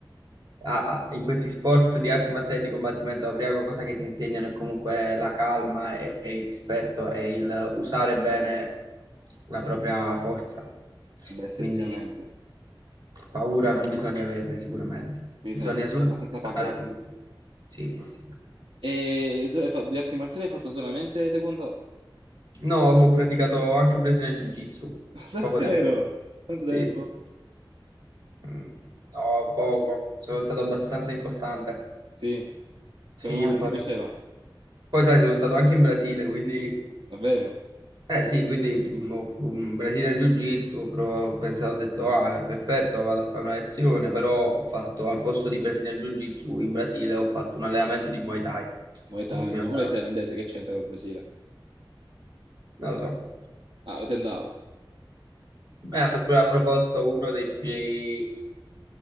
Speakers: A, on the right; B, on the right.
A: a- a- in questi sport di arti marziali di combattimento, la prima cosa che ti insegnano è comunque la calma e, e il rispetto e il usare bene la propria forza.
B: Eh Beh, effettivamente.
A: Quindi paura non bisogna averne sicuramente.
B: Quindi
A: Bisogna
B: sei una persona
A: solo
B: abbastanza
A: rispettare
B: pacata.
A: tutto. Sì, sì, sì.
B: E solo- hai fatto- di arti marziali hai fatto solamente taekwondo?
A: No, ho praticato anche Brazilian Jiu-Jitsu
B: <laughs> Davvero?
A: poco tempo. fa.
B: Quanto tempo?
A: Sì, Mm, no, poco. Sono stato abbastanza incostante.
B: Sì,
A: Sì,
B: come mai
A: un
B: non
A: po'.
B: ti piaceva?
A: sì. Poi sai, sono stato anche in Brasile, quindi...
B: Davvero?
A: Eh sì, quindi mh, ho f- in Brasile in Jiu-Jitsu, ho prov- ho pensato, ho detto, ah, è perfetto, vado a fare una lezione, però ho fatto, al posto di Brasile in Jiu-Jitsu, in Brasile ho fatto un allenamento di Muay Thai
B: Muay
A: con
B: Thai,
A: un mio...
B: ma
A: caro,
B: quello è thailandese, che c'entra col Brasile?
A: Non lo so.
B: Ah, ti andavo.
A: Mi hanno pro- proposto uno dei miei...